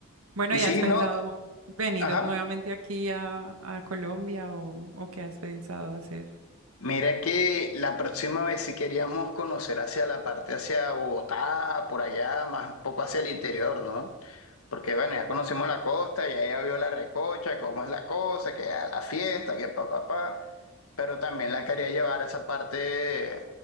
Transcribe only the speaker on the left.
Y
sí,
no,
ajá.
Mira que la próxima vez si queríamos conocer hacia la parte hacia Bogotá, por allá, más un poco hacia el interior, ¿no? Porque bueno, ya conocemos la costa, ya ella vio la recocha, cómo es la cosa, que a la fiesta, que pa, pa, pa. Pero también la quería llevar a esa parte